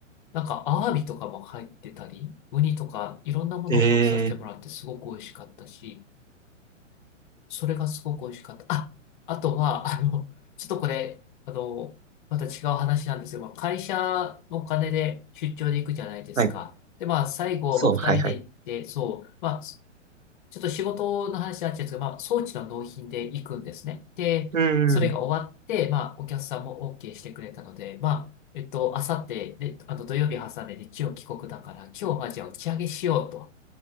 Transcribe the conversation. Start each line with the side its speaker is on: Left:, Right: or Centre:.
Left: なんか、アワビとかも入ってたり、ウニとか、いろんなものを食べさせてもらって、
Right: えー、
Left: すごく美味しかったし、それがすごく美味しかった。あ、あとは、<laughs> あの、ちょっとこれ、あの、また違う話なんですけど、まあ会社のお金で出張で行くじゃないですか。
Right: はい。
Left: で、まあ、最後、
Right: そう、
Left: まあ、二人で行って、
Right: はいはい。
Left: そう、まあ、ちょっと仕事の話になっちゃうんですけど、まあ、装置の納品で行くんですね。で、
Right: うんうん。
Left: それが終わって、まあ、お客さんも OK してくれたので、まあ、えっと、あさって、で、あの、土曜日挟んで日曜帰国だから、今日はじゃあ打ち上げしようと。